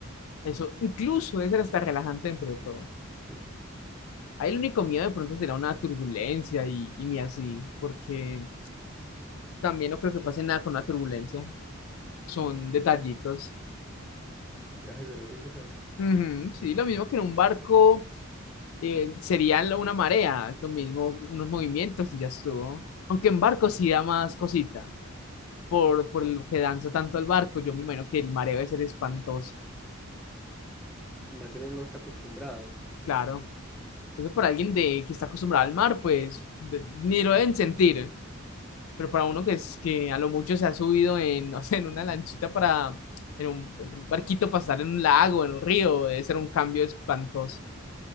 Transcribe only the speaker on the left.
eso incluso debe ser hasta relajante dentro de todo.
Ahí el único miedo de pronto será una turbulencia y, y ni así, porque también no creo que pase nada con una turbulencia. Son detallitos.
Ujú, sí, lo mismo que en un barco eh, sería lo- una marea, lo mismo, unos movimientos y ya estuvo. Aunque en barco sí da más cosita, por, por lo que danza tanto el barco, yo me imagino que el mareo debe ser espantoso,
claro. Eso para alguien
de, que está acostumbrado al mar, pues de- ni lo deben sentir, pero para uno que, es, que a lo mucho se ha subido en, <laughs> no sé, en una lanchita para, en un, en un barquito para estar en un lago, en un río, debe ser un cambio espantoso.